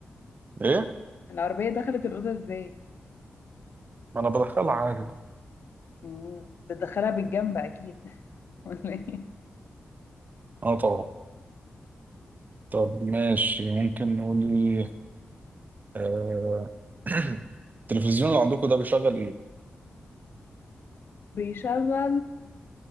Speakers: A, on the right (about 45°); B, on the left (about 70°).
A: ايه
B: العربية دخلت الأوضة إزاي؟
A: ما انا بدخلها عادي
B: مم، بتدخلها بالجنب أكيد <laughs> ولا ايه
A: اه طبعا طب ماشي ممكن نقول ايه آه، <clears throat> التلفزيون اللي عندكم ده بيشغل ايه
B: بيشغل